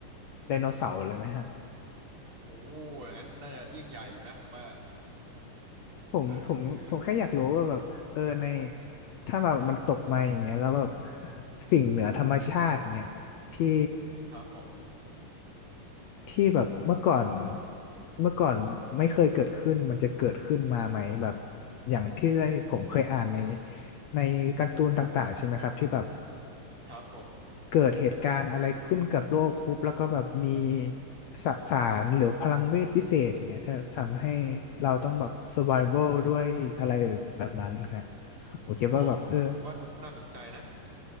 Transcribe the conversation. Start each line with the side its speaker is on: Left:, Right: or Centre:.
Left: ไดโนเสาร์เลยไหมฮะ
Right: โอ้อย่างนั้นน่าจะยิ่งใหญ่อยู่นะผมว่า
Left: ผมผมผมแค่อยากรู้ว่าแบบเออใน
Right: เออ
Left: ถ้าแบบมันตกมาอย่างเงี้ยแล้วแบบสิ่งเหนือธรรมชาติเนี่ยที่
Right: ครับผม
Left: ที่แบบเมื่อก่อนเมื่อก่อนไม่เคยเกิดขึ้นมันจะเกิดขึ้นมาไหมแบบอย่างที่ได้ผมเคยอ่านในในการ์ตูนต่างๆใช่ไหมครับที่แบบ
Right: ครับผม
Left: เกิดเหตุการณ์อะไรขึ้นกับโลกปุ๊บแล้วก็แบบมีสสารหรือพลังเวทพิเศษอย่างเงี้ยถ้าทำให้เราต้องแบบ survival ด้วยอะไรแบบนั้นฮะผมคิดว่าแบบเออ
Right: อ๋อผมผมว่าน่าสนใจนะ